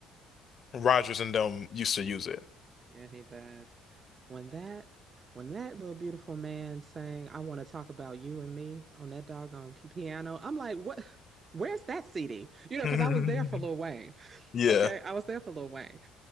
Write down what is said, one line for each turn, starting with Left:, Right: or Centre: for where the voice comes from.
Left: Rogers and them used to use it.
Right: Yeah, he does. When that, when that little beautiful man sang, I want to talk about you and me on that doggone k- piano, I'm like, what? Where's that CD? You know,
Left: <laughs>
Right: because I was there for Lil Wayne. <laughs>
Left: Yeah.
Right: Okay. I was there for Lil Wayne.